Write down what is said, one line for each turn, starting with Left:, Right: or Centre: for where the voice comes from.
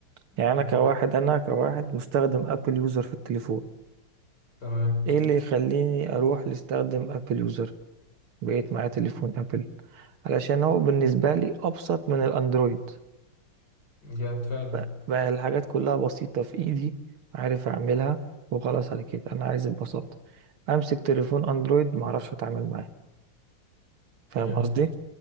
Right: يعني
Left: مم،
Right: انا كواحد
Left: ده.
Right: انا كواحد مستخدم ابل يوزر في التليفون
Left: تمام
Right: ايه اللي يخليني اروح لاستخدم ابل يوزر بقيت معايا تليفون ابل علشان هو بالنسبة لي ابسط من الاندرويد
Left: جامد فعلا
Right: بقى, بقى الحاجات كلها بسيطة في ايدي عارف اعملها وخلاص على كده انا عايز البساطة امسك تليفون اندرويد معرفش اتعامل معاه فاهم
Left: جامد
Right: قصدي